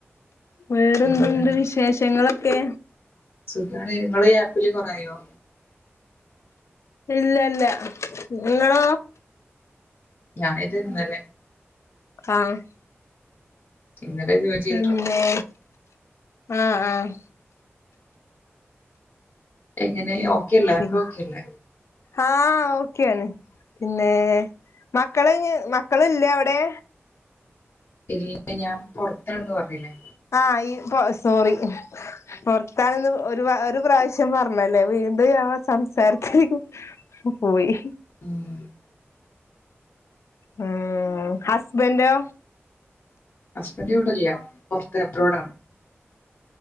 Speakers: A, on the left; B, on the left.
A: വേറെന്തുണ്ട്
B: വേറെന്താണ്?
A: വിശേഷങ്ങളൊക്കെ
B: സുഖാണ് നിങ്ങൾ ഈ ആപ്പില് കുറേ ആയോ
A: ഇല്ലല്ല നിങ്ങളോ.
B: ഞാൻ ഇത് ഇന്നലെ.
A: ആഹ്
B: ഇന്നലെ ജോയിൻ ചെയ്തിട്ടുള്ളൂ.
A: പിന്നെ ആഹ് ആഹ്
B: എങ്ങനെ ഓക്കെയല്ലേ
A: പിന്നെ
B: അപ്പ് ഓക്കെ അല്ലേ?
A: ആഹ് ഓക്കെയാണ്. പിന്നെ മക്കളിഞ്ഞ് മക്കളില്ലേ അവടെ.
B: ഇല്ല ഞാൻ പുറത്തന്ന് പറഞ്ഞില്ലേ?
A: ആഹ് ഈ സോറി പുറത്തന്ന് ഒരു ഒരു പ്രാവ ശ്യാം പറഞ്ഞല്ലേ വീണ്ടും ഞാൻ സംസാരത്തിലേക്ക് പോയി.
B: ഉം.
A: ഉം ഹസ്ബൻന്റോ.
B: ഹസ്ബൻഡ് ഇവടൊല്ല പുറത്ത് അബ്രോഡ് ആണ്.